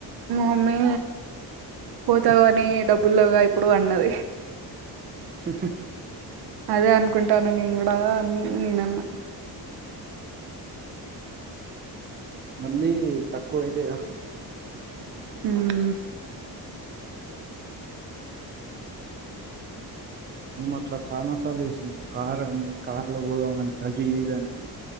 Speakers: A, on the right (about 70°); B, on the right (about 25°).
A: మా మమ్మీ పోతవానే డబ్బులుగా లెవ్వుగా ఇప్పుడు అన్నది
B: శక్షి
A: అదే అనుకుంటాన్నా నేను గుడ అని నేనన్న
B: మళ్ళీ తక్కువ ఐతదే
A: ఉమ్
B: నేనట్ల చానా సార్లు ఏసిన కార్ అని కార్ లో పోదాం అని, అది ఇదని